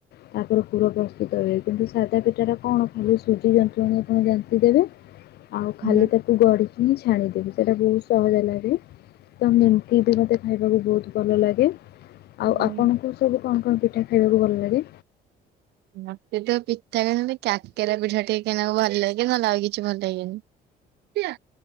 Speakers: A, on the left; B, on the right.
A: ତାପରେ ଫୁଲ ପ୍ରସ୍ତୁତ ହୁଏ କିନ୍ତୁ ସାଧା ପିଠାଟା କଣ ଖାଲି ସୁଜି ଜ ପୁଣି ଆପଣ ଯେମିତି ଦେବେ ଆଉ ଖାଲି
B: ହୁଁ
A: ତା ଗଢ଼ିକି ହିଁ ଛାଣିଦେବି ସେଟା ବହୁତ ସହଜ ଲାଗେ। ତମ ଏମତି ବି ମତେ ଖାଇବାକୁ ବହୁତ ଭଲ ଲାଗେ। ଆଉ
B: ହୁଁ।
A: ଆପଣଙ୍କୁ ସବୁ କଣ କଣ ପିଠା ଖାଇବାକୁ ଭଲ ଲାଗେ?
B: ମତେ ତ ପିଠା କଲେ କାକରା ପିଠା ଟିକେ ନାଗୁ ଭଲ ଲାଗେ ନହେଲେ ଆଉ କିଛି ଭଲଲାଗେନି। ଟିଆ